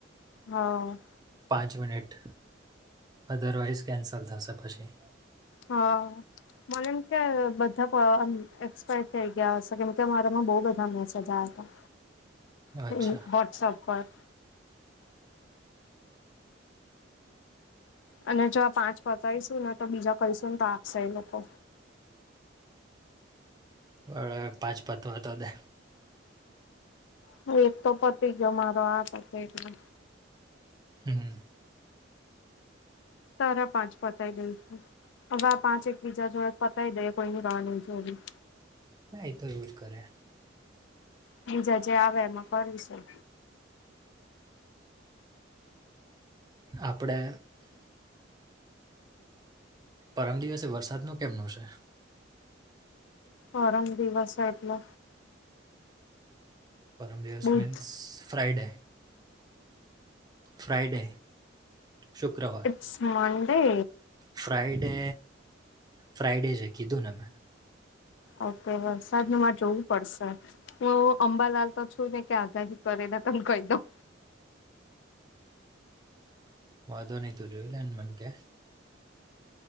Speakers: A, on the left (about 70°); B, on the right (about 20°).
A: હા.
B: પાંચ મિનિટ, અદરવાઈઝ કેન્સલ થશે પછી.
A: હા મને એમ કે બધા પ અમ એક્સપાયર થય ગ્યા હસે કેમ કે મારામાં બો બધા મેસેજ આયતા, હમ્મ
B: અચ્છા
A: વોટ્સઅપ પર. અને જો આ પાંચ પતાયશું ને તો બીજા કરશું ને તો આપશે એ લોકો.
B: અ પાંચ પતવા તો દે.
A: હું એક તો પતી ગ્યો મારો આ પતે એટલે.
B: હમ્મ.
A: તારા પાંચ પતાય દઈશું, અવે આ પાંચ એક બીજા જોડે પતાય દેયે કોઈની રા ની જોવી.
B: ના એ તો એવું જ કરે.
A: બીજા જે આવે એમાં કરીશું.
B: આપડે પરમ દિવસે વરસાદ નું કેમનું છે?
A: પરમ દિવસે એટલે?
B: પરમ દિવસ
A: બુધ
B: મીન્સ ફ્રાઇડે. ફ્રાઇડે શુક્રવા
A: ટ્સ મનડે.
B: ફ્રાઈડે, ફ્રાઈડે છે કીધું ને મેં.
A: ઓકે વરસાદમા જોવું પડશે. હું અંબાલાલ તો છું નય કે આગાહી કરેના તન કય દઉ.
B: વાધો નય તું જોઈ લેન મન કે.